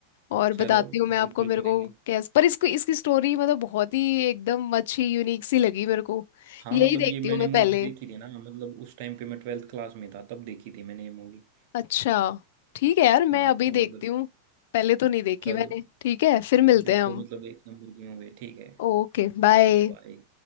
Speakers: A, on the left; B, on the right.
A: और बताती
B: चलो
A: हूँ मैं
B: बिल्कुल
A: आपको मेरे
B: करेंगे
A: को कैस पर इसको इसकी स्टोरी मतलब बहुत ही एकदम अच्छी यूनिक सी लगी मेरे को
B: हाँ
A: यही
B: मतलब
A: देखती
B: ये मैंने
A: हूँ मैं
B: मूवी
A: पहले
B: देखी थी ना मतलब उस टाइम पे मैं ट्वेल्थ क्लास में था तब देखी थी मैंने ये मूवी
A: अच्छा ठीक है यार मैं
B: हाँ
A: अभी
B: तो
A: देखती
B: मतलब
A: हूँ पहले तो नहीं देखी
B: चलो
A: मैंने ठीक है फिर मिलते
B: देखो
A: हैं हम
B: मतलब एक नंबर की मूवी है। ठीक है
A: Okay bye
B: ठीक है भाई